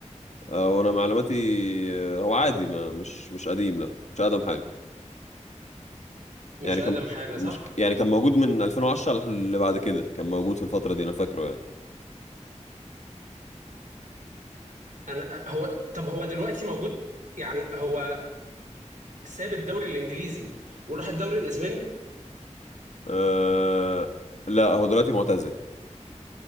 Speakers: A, on the left; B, on the right.
A: آه وانا معلوماتي آه، هو عادي ما مش مش قديم لا مش اقدم حاجه
B: مش
A: يعني
B: اقدم
A: كان
B: حاجه صح
A: مش يعني كان موجود من 2010 اللي بعد كده كان موجود في الفتره دي انا فاكره يعني
B: انا هو طب هو دلوقتي موجود يعني هو ساب الدوري الانجليزي وراح الدوري الاسباني
A: آه لا هو دلوقتي معتزل